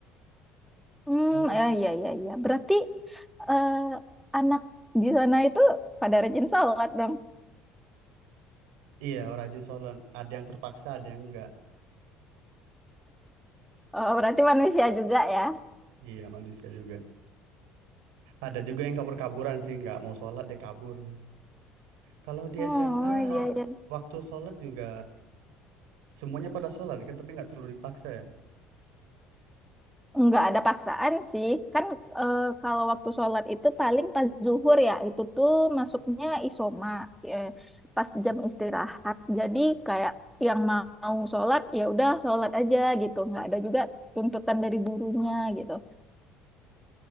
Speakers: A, in the centre; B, on the right.
A: Hmm,
B: Kalau
A: ya ya ya ya. Berarti eh, anak di sana itu pada rajin sholat dong.
B: <clears throat> iya orang rajin sholat, ada yang terpaksa, ada yang enggak.
A: Oh, berarti manusia juga ya?
B: Iya manusia juga. Ada juga yang kabur-kaburan sih, nggak mau sholat dia kabur. Kalau di
A: Oh,
B: SMA
A: iya, iya.
B: waktu sholat juga semuanya pada sholat kan, tapi nggak terlalu dipaksa
A: Nggak ada paksaan sih. Kan eh, kalau waktu sholat itu paling pas zuhur ya, itu tuh masuknya
B: ya.
A: isoma, eh, pas jam istirahat. Jadi kayak yang mau sholat ya udah sholat aja gitu. Nggak ada juga tuntutan dari gurunya gitu.